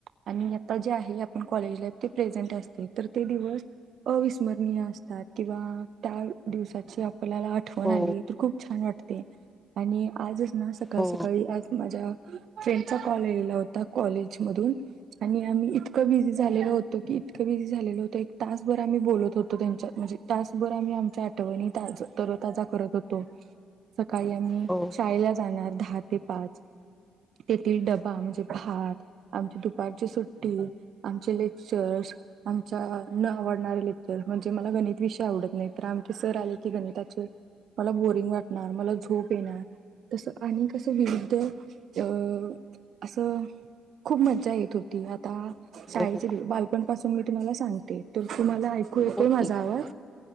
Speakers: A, on the right; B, in the centre.
A: आणि आता जे आहे आपण कॉलेजला ते प्रेझेंट असते, तर ते दिवस अविस्मरणीय असतात, किंवा त्या दिवसाची आपल्याला आठवण
B: हो
A: आली तर खूप छान वाटतेय, आणि आजच ना, सकाळ
B: हो
A: सकाळी आज माझ्या फ्रेंडचा कॉल येलेला होता, कॉलेज मधून. आणि आम्ही इतकं बिझी झालेलो होतो, की इतकं बिझी झालेलं होतं, एक तासभर आम्ही बोलत होतो, त्यांच्या म्हणजे तासभर आम्ही आमच्या आठवणी <unintelligible> करत होतो, सकाळी हम्म,
B: हो
A: शाळेला जाणार दहा ते पाच. तेथील डबा म्हणजे भात, आमची दुपारची सुट्टी, आमचे लेक्चर्स आमच्या न आवडणारे लेक्चर, म्हणजे मला गणित विषय आवडत नाही, तर आमचे सर आले की गणिताचे मला बोरिंग वाटणार, मला झोप येणार, तसं अनेक असं विविध अ असं खूप मज्जा येत होती, आता शाळेचे
B: हो हो
A: दिवस बाल पण पासून मी तुम्हाला सांगते, तर तुम्हाला ऐकू येतोय
B: हो
A: माझा
B: ठीक
A: आवाज?
B: आहे